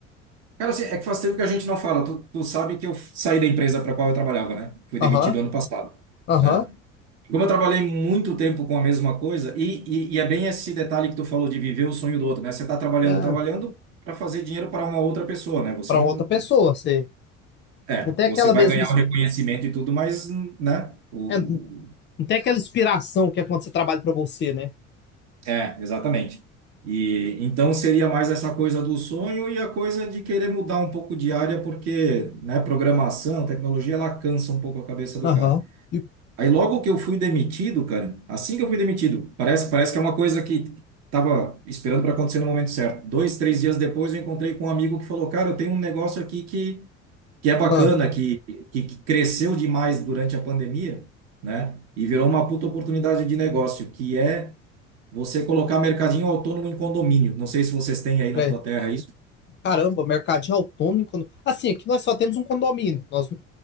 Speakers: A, on the right; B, on the left.
A: Cara, assim, é que faz tempo que a gente não fala. Tu, tu sabe que eu saí da empresa para qual eu trabalhava, né? Fui
B: Aham,
A: demitido ano passado,
B: aham.
A: né? Como eu trabalhei muito tempo com a mesma coisa, e, e, e é bem esse detalhe que tu falou de viver o sonho do outro, né? Você tá trabalhando,
B: É,
A: trabalhando para fazer dinheiro para uma outra pessoa, né? Você
B: pra
A: não.
B: outra pessoa, você
A: É,
B: não tem
A: você
B: aquela
A: vai
B: mesma,
A: ganhar
B: ins-
A: o reconhecimento e tudo, mas, né? O,
B: é, não tem aquela inspiração que é quando você trabalha pra você, né?
A: É, exatamente. E então seria mais essa coisa do sonho e a coisa de querer mudar um pouco de área, porque, né, programação, tecnologia, ela cansa um pouco a cabeça do
B: Aham.
A: cara.
B: E,
A: Aí logo que eu fui demitido, cara, assim que eu fui demitido, parece, parece que é uma coisa que tava esperando para acontecer no momento certo. Dois, três dias depois eu encontrei com um amigo que falou, cara, eu tenho um negócio aqui que, que é bacana,
B: ah,
A: que, que, que cresceu demais durante a pandemia, né? E virou uma puta oportunidade de negócio, que é você colocar mercadinho autônomo em condomínio. Não sei se vocês têm aí
B: peraí.
A: na tua terra isso.
B: Caramba, mercadinho autônomo. em condo- Assim, aqui nós só temos um condomínio. Nós, não-